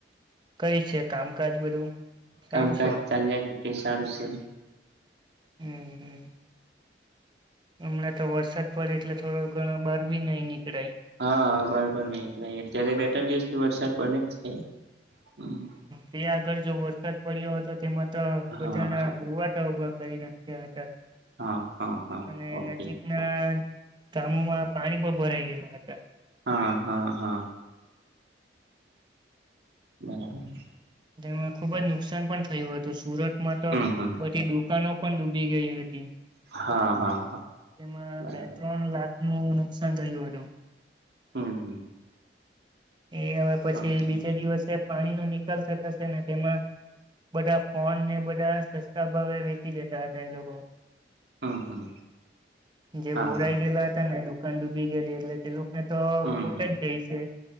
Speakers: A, on the right; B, on the right.
A: કઈ છે કામકાજ બધું. સારું
B: કામકાજ
A: છે ને
B: ચાલ્યા કરતે સારું છે.
A: હમ્ હમ હમણાં તો વરસાદ પડે એટલે થોડો ઘણા બહાર બી નહી નીકળાય.
B: હા બરાબર નહકળાય અત્યારે બે ત્રણ દિવસથી વરસાદ બને જ છે હમ.
A: તે આગળ જો વરસાદ પડ્યો હતો તેમાં તો બધાના
B: હા
A: રુવાટા ઉભા કરી ના. તે હતા
B: હા હા હા
A: અને
B: ઓકે
A: નજીક. ના કામોમાં પાણી પણ ભરાઈ ગયેલા હતા.
B: હા હા હા. બરાબર.
A: તેમ ખૂબ જ. નુકસાન પણ થયું હતું સુરતમાં તો
B: હમ હમ
A: બધી દુકાનો પણ ડૂબી ગઈ હતી.
B: હા હા હા
A: તેમાં
B: બરાબર
A: બે ત્રણ લાખ નું નુકસાન થયું હતું.
B: હમ હમ.
A: એ હવે પછી
B: ઓકે
A: બીજા
B: ઓકે
A: દિવસે પાણીનો નિકાલ થતોશે ને તેમાં બધા ફોન ને બધા સસ્તા ભાવે વેચી જતા હતા એ લોકો.
B: હમ હમ
A: જે
B: હા
A: બોરાઈ
B: હા
A: ગેલો હતા. દુકાન ડૂબી ગયેલી એટલે તે લોકોને તો
B: હમ
A: ખોટ
B: હમ
A: જ ગ‌ઇ છે.